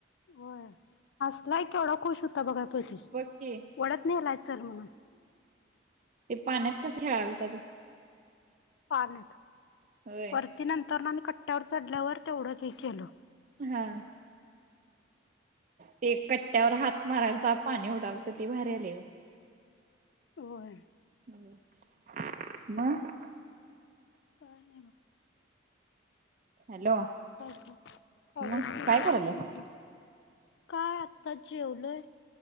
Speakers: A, on the left; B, on the right.
A: व्हय. हसलाय केवढा खुश हूता बघाय पयतीस,
B: बघ की
A: वडत नेलाय चल म्हणून.
B: ते पाण्यात कस खेळालता त्यो.
A: पाण्यात,
B: होय
A: वरती नंतर न आम्ही कट्ट्यावर चढल्यावर तेवढंच हे केलो.
B: हा. ते कट्ट्यावर हात मारालता पाणी उडालत ते भारी आलंय बघ.
A: व्हय.
B: मग
A: काय नाही मग
B: हॅलो
A: कायच नाय, कॉलेज
B: मग
A: काय
B: करायल्यास?
A: म्हणलं? काय आता जेवलोय.